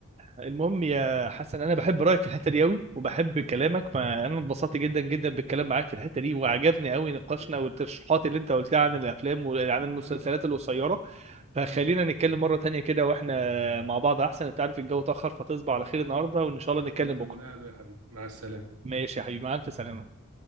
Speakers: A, on the right; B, on the right.
A: المهم يا حسن انا بحب رايك في الحته دي قوي وبحب كلامك فانا اتبسطت جدا جدا بالكلام معاك في الحته دي
B: حبيبي
A: وعجبني
B: يا صديقي
A: قوي نقاشنا
B: حبيبي
A: والترشيحات اللي انت قلتها عن الافلام وعن المسلسلات
B: أنا أكتر
A: القصيره فخلينا
B: أنا أكتر
A: نتكلم مره تانية كده واحنا مع بعض احسن انت عارف الجو اتاخر فتصبح على خير
B: أكيد
A: النهارده وان شاء الله نتكلم
B: وأنت
A: بكره
B: من أهله يا حبيبي مع السلامة
A: ماشي يا حبيبي مع الف سلامه